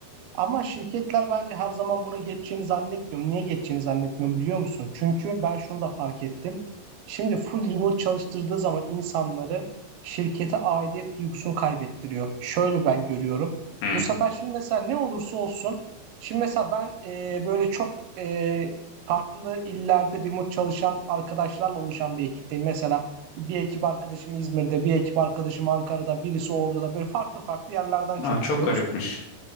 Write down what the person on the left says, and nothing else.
Hmm.
Aa, çok garipmiş.